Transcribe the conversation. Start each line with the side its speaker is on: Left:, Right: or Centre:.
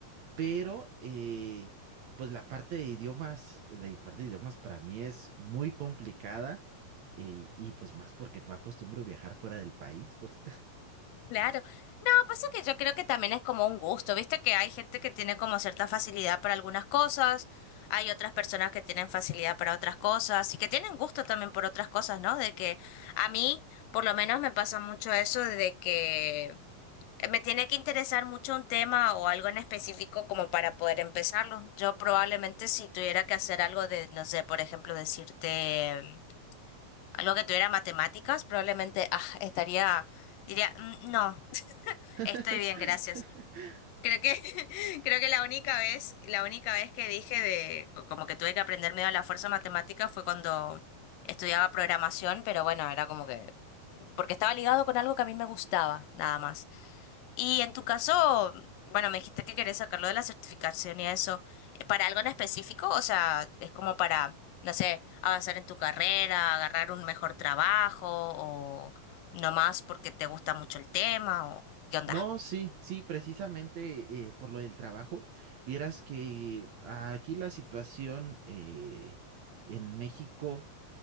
Right: pero eh, pues la parte de idiomas, la parte de idiomas para mí es muy complicada eh, y pues más porque no acostumbro viajar fuera del país, pues.
Left: claro. No, pasa que yo creo que también es como un gusto, viste que hay gente que tiene como cierta facilidad para algunas cosas, hay otras personas que tienen facilidad para otras cosas y que tienen gusto también por otras cosas, ¿no? De que a mí por lo menos me pasa mucho eso de que Eh, Me tiene que interesar mucho un tema o algo en específico como para poder empezarlo. Yo probablemente si tuviera que hacer algo de, no sé, por ejemplo, decirte mm, algo que tuviera matemáticas, probablemente ah, estaría, diría, "Mm, no,
Right: <laughs>
Left: estoy bien, gracias. Creo que, <laughs> creo que la única vez, la única vez que dije de, co- como que tuve que aprender medio a la fuerza matemáticas fue cuando estudiaba programación, pero bueno, era como que, porque estaba ligado con algo que a mí me gustaba, nada más. Y en tu caso, bueno, me dijiste que querés sacarlo de la certificación y eso. ¿Eh, ¿Para algo en específico? O sea, es como para, no sé, avanzar en tu carrera, agarrar un mejor trabajo o nomás porque te gusta mucho el tema o qué onda.
Right: No, sí, sí, precisamente eh, por lo del trabajo. Vieras que aquí la situación eh, en México